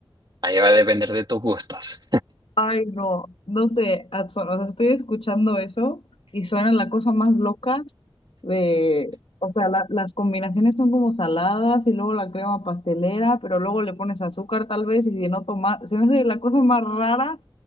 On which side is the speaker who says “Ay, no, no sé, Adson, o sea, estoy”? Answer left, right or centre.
Left